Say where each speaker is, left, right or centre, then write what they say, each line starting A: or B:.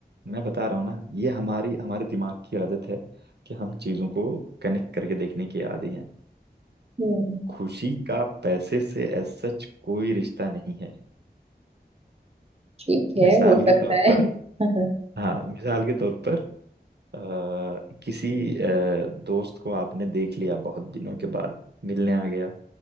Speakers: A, on the right (about 75°); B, on the right (about 35°).
A: मैं बता रहा हूँ ना ये हमारी हमारे दिमाग की आदत है कि हम चीजों को कनेक्ट करके देखने की आदी हैं
B: हम्म
A: खुशी का पैसे से एज सच कोई रिश्ता नहीं है
B: ठीक है
A: मिसाल
B: हो
A: के
B: सकता
A: तौर
B: है
A: पर
B: <laughs>
A: हाँ मिसाल के तौर पर आ, किसी अ, दोस्त को आपने देख लिया बहुत दिनों के बाद मिलने आ गया